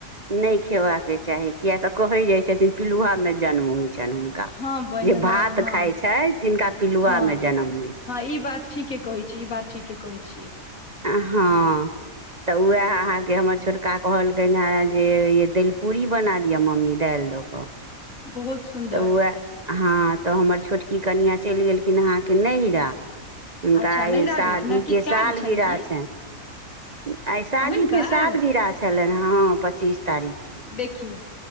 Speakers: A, on the right; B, on the left.
A: नय खेबाकेँ चाही किय तऽ कहै जाइत छथिन पिलूआ मे जन्म होइ छैन हुन -का
B: हँ बहिन
A: जे
B: हँ
A: भात
B: हँ
A: खााय छै तिनका पिलुआ
B: हँ
A: मे जनम होइ छैन
B: हँ ई बात ठीके ह कहै छी ई बात ठीके कहै छिय
A: हँ तऽ उह अहाँ के हमर छोटका कहलकिन हे जे दलि पूड़ी बना दिअ मम्मी दालि द कऽ
B: बहुत सुन्दर
A: तऽ हएह हँ तऽ हमर छोटकी कनियाँ चलि गेलखिन अहाँके नहिरा हुनका
B: अच्छा नैहरा
A: ई शादी
B: गेलखिन हँ किछु
A: के
B: काज
A: सालगिरा
B: छनि की
A: छनि आइ शादी
B: हुनकर
A: के साद गिराह छलनि हँ पच्चीस तारीख छै
B: देखियौ